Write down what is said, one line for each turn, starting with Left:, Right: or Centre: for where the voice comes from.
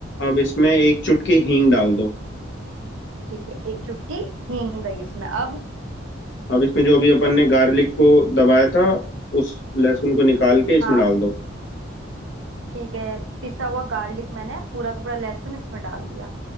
Left: अब इसमें एक चुटकी हींग डाल दो
Right: ठीक है एक चुटकी हींग गई इसमें अब
Left: अब इसमें जो अभी अपन ने गार्लिक को दबाया था उस लहसुन को निकाल के इसमें
Right: हाँ
Left: डाल दो
Right: ठीक है पिसा हुआ गार्लिक मैंने पूरा का पूरा लहसुन इसमें डाल दिया